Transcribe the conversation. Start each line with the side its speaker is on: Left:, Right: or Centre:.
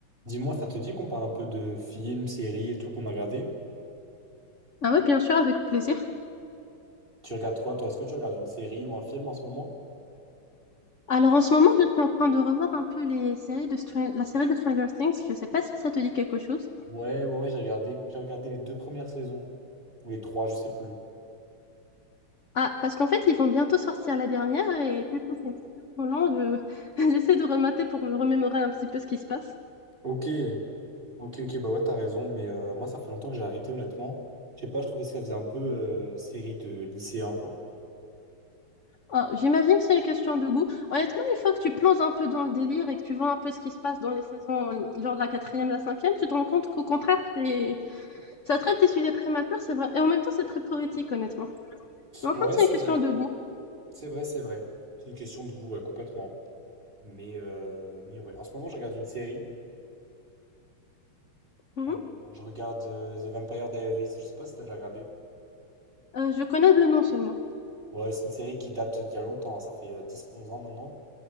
Right: Dis-moi, ça te dit qu'on parle un peu de films, séries et tout qu'on a regardé?
Left: Ah ouais, bien sûr, avec plaisir.
Right: Tu regardes quoi, toi? Est-ce que tu regardes une série ou un film en ce moment?
Left: Alors en ce moment, je suis en train de revoir un peu les séries de Stran- la série de Stranger Things. Je sais pas si ça te dit quelque chose.
Right: Ouais, ouais, ouais, j'ai regardé. J'ai regardé les deux premières saisons. Ou les trois, je sais plus.
Left: Ah, parce qu'en fait, ils vont bientôt sortir la dernière et puisque c'est extrêmement long, je- <laughs> j'essaie de remater pour me remémorer un petit peu ce qui se passe.
Right: Ok, ok, ok, bah ouais, t'as raison. Mais euh, moi, ça fait longtemps que j'ai arrêté, honnêtement. Je sais pas, je trouvais que ça faisait un peu euh, série de lycéen, quoi.
Left: Ah, j'imagine que c'est une question de goût. Honnêtement, une fois que tu plonges un peu dans le délire et que tu vois un peu ce qui se passe dans les saisons, genre de la quatrième, la cinquième, tu te rends compte qu'au contraire, c'est ça traite des sujets très matures, c'est vrai. Et en même temps, c'est très poétique, honnêtement. Mais en
Right: Ouais,
Left: fait, c'est
Right: c'est
Left: une question
Right: vrai.
Left: de goût.
Right: C'est vrai, c'est vrai. C'est une question de goût, ouais, complètement. Mais, euh, mais ouais, en ce moment, je regarde une série.
Left: Mhm.
Right: Euh, je regarde euh, The Vampire Diaries. Je sais pas si t'as déjà regardé.
Left: Euh, je connais le nom seulement.
Right: Ouais, c'est une série qui date d'il y a longtemps, hein, ça fait euh, dix, onze ans maintenant.